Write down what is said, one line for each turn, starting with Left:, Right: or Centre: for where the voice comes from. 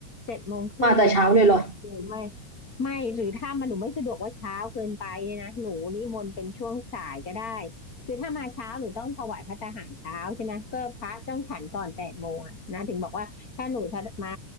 Left: เจ็ดโมงครึ่งเนี่ย
Right: มาแต่เช้าเลยเหรอ
Left: หรือไม่ไม่หรือถ้ามันหนูไม่สะดวกว่าเช้าเกินไปเนี่ยนะหนูนิมนต์เป็นช่วงสายก็ได้คือถ้ามาเช้าหนูต้องถวายพระตาหารเช้าใช่ไหมก็พระต้องฉันก่อนแปดโมงอะนะถึงบอกว่าถ้าหนูถ้ามา